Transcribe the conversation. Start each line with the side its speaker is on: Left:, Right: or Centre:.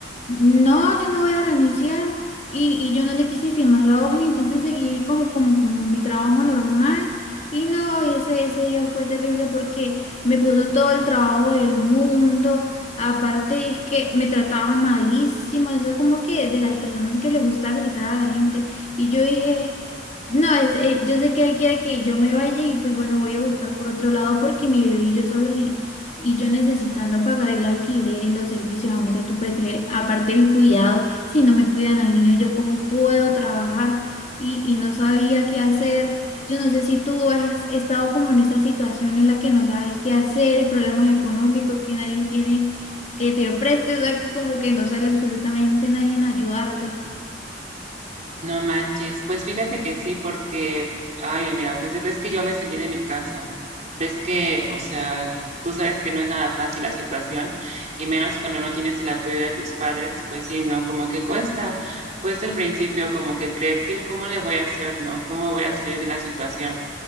Left: No, yo no voy a renunciar y, y yo no le quise firmar la hoja y entonces seguí como, como con mi trabajo normal y no, y ese, ese día fue terrible porque me puso todo el trabajo del mundo, aparte es que me trataba malísimo, eso es como que de las personas que le gusta gritar a la gente y yo dije, no, es, eh, yo sé que él quiere que yo me vaya y pues bueno, voy a buscar por otro lado porque mi bebé y yo solos y yo necesitando pagar el alquiler y los servicios, amiga, tú puedes creer, aparte el cuidado, si no me cuidan al niño, yo cómo puedo trabajar y, y no sabía qué hacer. Yo no sé si tú has estado como en esa situación en la que no sabes qué hacer, problemas económicos, que nadie tiene que te preste, o sea, que como que no sale absolutamente nadie en ayudarte.
Right: No manches. Pues fíjate que sí, porque, ay, amiga, pues ves que yo me salí de mi casa. Ves que, o sea, tú sabes que no es nada fácil la situación, y menos cuando no tienes el apoyo de tus padres, pues sí, no, como que cuesta, cuesta al principio, como que creer que el cómo le voy a hacer, ¿no? ¿Cómo voy a salir de la situación?